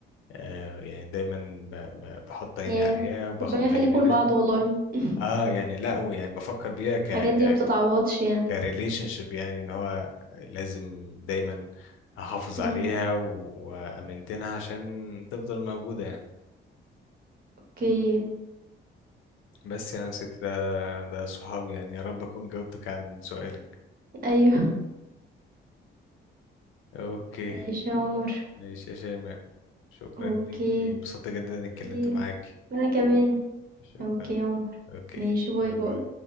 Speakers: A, on the left; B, on the right.
A: آه يعني دايما ب... ب... بحط عيني
B: ياه
A: عليها وباخد
B: ربنا يخليكوا
A: بالي منها
B: لبعض والله <laughs>
A: اه يعني لا ويعني بفكر بيها ك...
B: الحاجات
A: ك...
B: دي ما بتتعوضش يعني
A: كريليشن شيب يعني ان هو لازم دايما احافظ
B: مم.
A: عليها و- وامنتنها عشان تفضل موجودة يعني
B: أوكي
A: بس يعني ست ده ده صحابي يعني يا رب اكون جاوبتك عن سؤالك
B: أيوه
A: اوكي
B: ماشي يا عمر
A: ماشي يا شيماء شكرا
B: أوكي
A: ليك انبسطت جدا اني اتكلمت
B: خير
A: معاكي
B: وأنا كمان
A: شكرا
B: أوكي يا عمر
A: اوكي
B: ماشي باي
A: باي
B: باي
A: باي